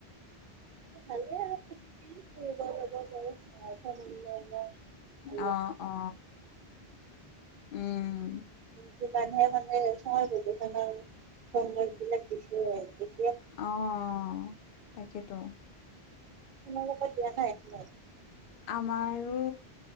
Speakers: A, on the right; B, on the left.
A: ভালেই আৰু ফুৰিব যাব পাৰিম ফেমেলি লগত অলপ
B: অ অ উম
A: যিমানে মানে <unintelligible> সংগ বিলাক বেছি হৈ আহিছে
B: অ অ তাকেতো।
A: তোমাল লগত দিয়া নাই এইফালে
B: আমাৰো